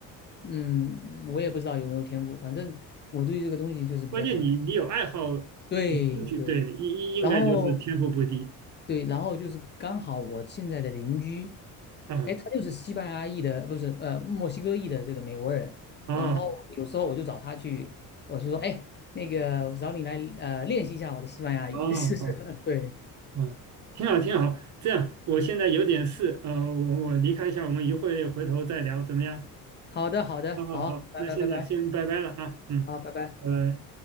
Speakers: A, on the left; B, on the right.
A: 嗯，我也不知道有没有天赋，反正我对这个东西就是比较感
B: 关键你你有爱好
A: 对对，
B: 有兴趣，对，应应应该就是天赋不低
A: 然后对，然后就是刚好我现在的邻居，
B: 啊。
A: 哎，他就是西班牙裔的，不是呃墨西哥裔的这个美国人。
B: 啊。
A: 然后有时候我就找他去，我是说，哎，那个我找你来呃练习一下我的西班牙语。
B: 哦哦
A: <laughs> 对，
B: 哦，挺好挺好。这样，我现在有点事，呃，我我离开一下，我们一会回头再聊，怎么样？
A: 好的好的，
B: 好好好，
A: 好，拜拜拜拜，
B: 那现在先拜拜了啊，嗯，
A: 好，拜拜。
B: 拜拜。